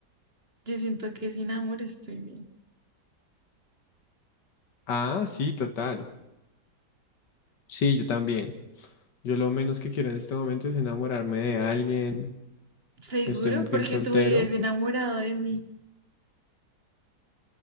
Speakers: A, on the right; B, on the left.
A: Yo siento que sin amor estoy bien.
B: Ah, sí, total. Sí, yo también. Yo lo menos que quiero en este momento es enamorarme de alguien.
A: Seguro
B: Estoy muy bien
A: porque
B: soltero.
A: tú vives enamorado de mí.